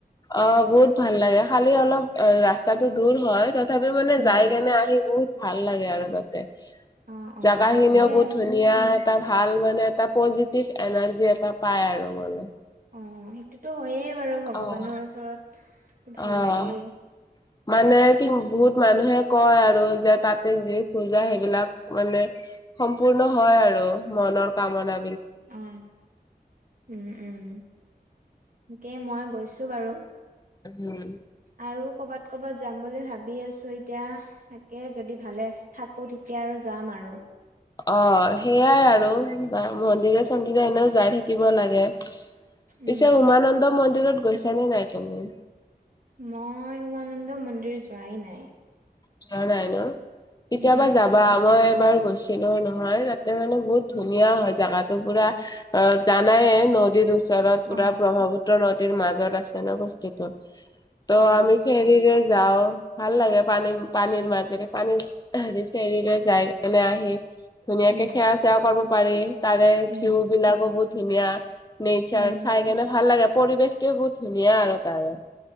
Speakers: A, on the left (about 25°); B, on the right (about 55°).
A: অ বহুত ভাল লাগে খালি অলপ ৰাস্তাটো দূৰ হয়। ত তাপি মানে
B: উম
A: যাই কেনে আহি বহুত ভাল লাগে আৰু তাতে
B: অ অ
A: জাগা
B: সেইটোয়ে
A: খিনিও বহুত
B: আৰু
A: ধুনীয়া এটা ভাল মানে এটা পজিটিভ এনাৰ্জি এটা পাই আৰু মানে
B: অ সেইটোতো হয়য়ে বাৰু ভগৱানৰ
A: অ'।
B: ওচৰত ভাল
A: অ',
B: লাগেই।
A: মানে কি
B: তাকেই
A: বহুত মানুহে কয় আৰু যে তাতে যি খোজা সেইবিলাক মানে সম্পূৰ্ণ হয় আৰু মনৰ কামনা
B: অ উম উম। তাকে মই গৈছো বাৰু
A: উম
B: আৰু কবাত কবাত যাম বুলি ভাবি আছোঁ এতিয়া তাকে যদি ভালে থাকো তেতিয়া আৰু যাম যাম আৰু
A: অ সেইয়াই আৰু মন্দিৰে চন্দিৰে এনেও যাই থাকিব লাগে পিছে
B: উম
A: উমানন্দ মন্দিৰত গৈছানে নাই তুমি?
B: মই উমানন্দ মন্দিৰ যোৱাই নাই।
A: যোৱা নাই ন কেতিয়াবা
B: উমহু
A: যাবা মই এবাৰ গৈছিলো নহয় তাতে মানে বহুত ধুনীয়া হয় জোগা পুৰা অ জানায়। নদীৰ ওচ ৰত পুৰা
B: অ
A: ব্ৰহ্মপুত্ৰ নদীৰ মাজত আছে ন বস্তিতো ত
B: অ
A: আমি ফেৰিৰে যাও ভাল লাগে পানী। পানীৰ মাজেৰে পানী হেৰি ফেৰি লৈ যাই কেনে আহি ধুনীয়াকে
B: উম
A: সেৱা সেৱা কৰিব পাৰি তাৰে
B: উম
A: ভিউ বিলাকো বহুত ধুনীয়া নেচাৰ
B: উম
A: চাই কেনে ভাল লাগে। পৰিৱেশটোৱে বহুত ধুনীয়া আৰু তাৰে